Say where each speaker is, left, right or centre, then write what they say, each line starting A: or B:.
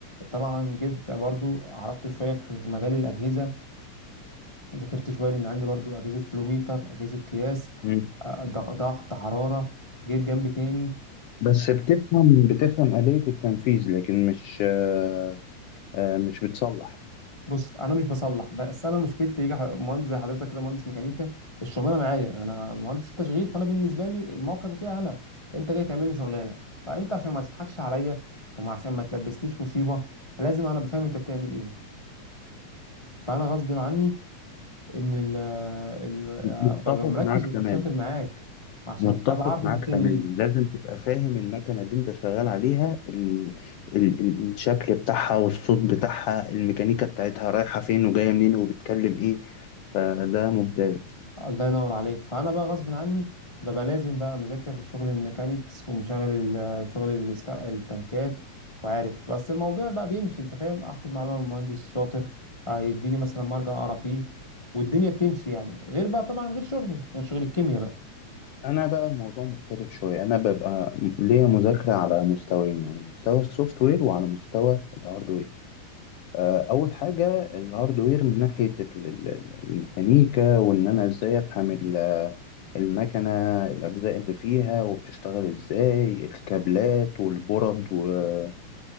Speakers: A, on the left (about 55°); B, on the left (about 85°).
A: طبعا جيت برضو عرفت شويه في مجال الاجهزه ذاكرت شويه لان عندي برضو اجهزه فلوميتر اجهزه قياس
B: مم.
A: آه، ضغ- ضغط حراره جيت جنب تاني
B: بس بتفهم بتفهم آلية التنفيذ لكن مش آه، آه، مش بتصلح
A: بص انا مش بصلح بس انا مشكلتي يجي ح- مهندس زي حضرتك كده مهندس ميكانيكا الشغلانه معايا انا مهندس تشغيل فانا بالنسبه لي الموقع بتاعي انا انت جاي تعمل لي شغلانه فانت عشان ما تضحكش عليا وما عشان ما تلبسنيش مصيبه لازم انا بفهم انت بتعمل ايه فانا غصب عني ان ال ال- آه،
B: متفق
A: ببقى مركز
B: معاك
A: وشاطر
B: تماما
A: معاك عشان
B: متفق
A: ابقى عارف
B: معاك
A: انت بتعمل
B: تماما
A: ايه
B: لازم تبقى فاهم المكنة اللي انت شغال عليها ال... ال... ال- الشكل بتاعها والصوت بتاعها الميكانيكا بتاعتها رايحة فين وجاية منين وبتكلم ايه فده ممتاز
A: الله ينور عليك فانا بقى غصب عني ببقى لازم بقى مذاكر شغل الميكانيكس ومشغل ال- شغل الاست- التنكات وعارف بس الموضوع بقى بيمشي انت فاهم اخد معلومه من مهندس شاطر هيديني مثلا مرجع اقرا فيه والدنيا بتمشي يعني غير بقى طبعا غير شغلي غير شغل الكيمياء بقى
B: انا بقى الموضوع مختلف شويه انا ببقى م- ليا مذاكره على مستويين على مستوى السوفت وير وعلى مستوى الهاردوير آه، اول حاجه الهاردوير من ناحيه ال- ال- ال- الميكانيكا وان انا ازاي افهم ال- المكنه الاجزاء اللي فيها وبتشتغل ازاي الكابلات والبرد وايه